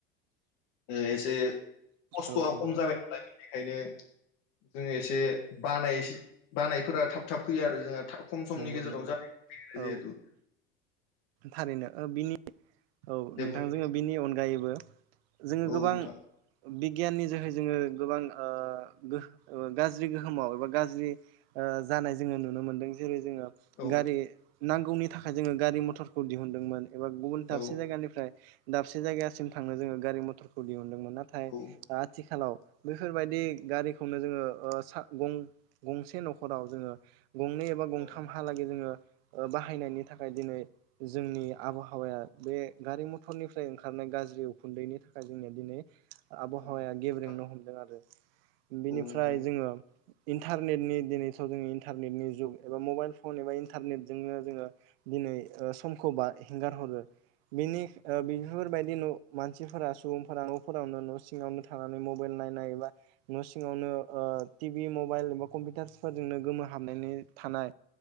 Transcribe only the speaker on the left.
ओ एसे खस्त'आ
कम जाबाय नालाय बेनिखायनो जोङो एसे बानायस बानायफोरा थाब थाब फैयो आरो जोंहा था खम समनि
गेजेरावनो
जानायखौ <inaudible>
जेहेतु।
दे
बुं
औ
नोंथां
औ
औ
औ
औ
औ नोंथां
औ नंगौ